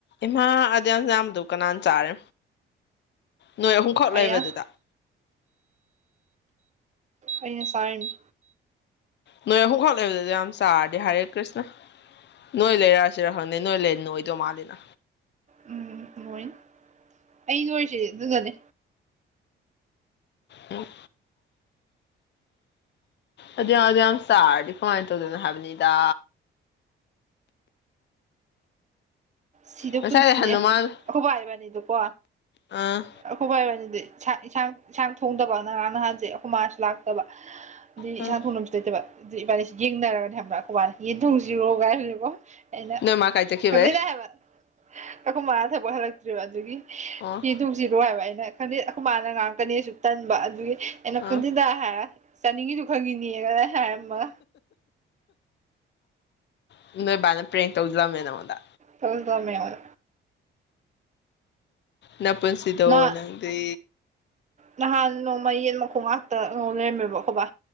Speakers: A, on the left; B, on the right.
A: ꯏꯃꯥ ꯑꯗꯨ ꯌꯥꯝ ꯌꯥꯝꯕꯗꯣ ꯀꯅꯥꯅ ꯆꯥꯏ ꯅꯣꯏ ꯑꯍꯨꯝꯈꯛ
B: ꯑꯩꯅ
A: ꯂꯩꯕꯗꯨꯗ ꯫
B: ꯑꯩꯅ ꯆꯔꯤꯝ
A: ꯅꯣꯏ ꯑꯍꯨꯝ ꯈꯛ ꯂꯩꯕꯗ ꯑꯗꯨꯛꯌꯥꯝ ꯆꯥꯔꯗꯤ ꯍꯥꯔꯦ ꯀ꯭ꯔꯤꯁꯅ ꯅꯣꯏ ꯂꯩꯔꯑꯁꯤꯔ ꯈꯪꯅꯩ ꯅꯣꯏ ꯂꯩꯠ ꯅꯣꯏꯗꯣ ꯃꯥꯜꯂꯤꯅ
B: ꯎꯝ ꯅꯣꯏꯟ ꯑꯩ ꯅꯣꯏꯁꯤ ꯑꯗꯨꯅꯅꯦ
A: ꯎꯝ ꯑꯗꯨ ꯌꯥꯝ ꯑꯗꯨ ꯌꯥꯝ ꯆꯥꯔꯗꯤ ꯀꯃꯥꯏꯟ ꯇꯧꯗꯣꯏꯅꯣ ꯍꯥꯏꯕꯅꯤꯗ
B: ꯁꯤꯗ
A: ꯉꯁꯥꯏ
B: ꯄꯨꯟꯁꯤꯅꯦ
A: ꯂꯩꯍꯟꯗꯧ ꯃꯥꯜꯂꯦ
B: ꯑꯈꯣꯏꯕꯥ ꯏꯕꯥꯅꯤꯗꯨꯀꯣ
A: ꯑꯥ
B: ꯑꯈꯣꯏꯕ ꯏꯕꯅꯤꯗꯤ ꯁꯥ ꯏꯁꯥꯡ ꯏꯟꯁꯥꯡ ꯊꯣꯡꯗꯕ ꯅꯉꯔꯥꯡ ꯅꯍꯥꯟꯁꯦ ꯑꯈꯣꯏ ꯃꯥꯁꯨ ꯂꯥꯛꯇꯕ ꯑꯗꯤ
A: ꯑꯥ
B: ꯏꯁꯥꯡ ꯊꯣꯡꯅꯕꯁꯨ ꯂꯩꯇꯕ ꯑꯗ ꯏꯕꯥꯅꯤꯁꯤ ꯌꯦꯡꯅꯔꯒꯅꯦ ꯈꯪꯕ꯭ꯔꯥ ꯑꯈꯣꯏꯕꯥꯅ ꯌꯦꯟ ꯊꯣꯡꯁꯤꯔꯣ ꯀꯥꯏ ꯍꯥꯏ <unintelligible> ꯑꯩꯅ
A: ꯅꯣꯏ ꯃꯥ ꯀꯥꯏ ꯆꯠꯈꯤꯕꯩ
B: ꯈꯪꯗꯦꯗꯥ ꯍꯥꯏꯕ ꯑꯈꯣꯏ ꯃꯥꯥ ꯊꯕꯛ ꯍꯜꯂꯛꯇ꯭ꯔꯤꯕ ꯑꯗꯨꯒꯤ
A: ꯑꯣ
B: ꯌꯦꯟ ꯊꯣꯡꯁꯤꯔꯣ ꯍꯥꯏꯕ ꯑꯩꯅ ꯈꯪꯗꯦ ꯑꯈꯨ ꯃꯥꯅ ꯉꯥꯡꯉꯛꯀꯅꯦꯁꯨ ꯇꯟꯕ ꯑꯗꯨꯒꯤ ꯑꯩꯅ
A: ꯑꯥ
B: ꯀꯟꯗꯦꯗ ꯍꯥꯏꯔ ꯆꯥꯅꯤꯡꯉꯤꯗꯨ ꯈꯪꯉꯤꯅꯦ <unintelligible> ꯍꯥꯏꯔꯝꯃ
A: ꯍꯨ ꯅꯣꯏ ꯕꯥꯅ ꯄ꯭ꯔꯦꯡ ꯇꯧꯖꯂꯝꯃꯦ ꯅꯪꯉꯣꯟꯗ
B: ꯇꯧꯗ ꯇꯧꯔꯝꯃꯦ ꯍꯣꯏ
A: ꯅꯄꯨꯟꯁꯤꯗꯣ
B: ꯅ
A: ꯅꯪꯗꯤ
B: ꯅꯍꯥꯟ ꯅꯣꯡꯃ ꯌꯦꯟ ꯃꯈꯣꯡ ꯉꯥꯛꯇ ꯉꯧ ꯂꯩꯔꯝꯃꯦꯕ ꯑꯈꯣꯏ ꯕꯥ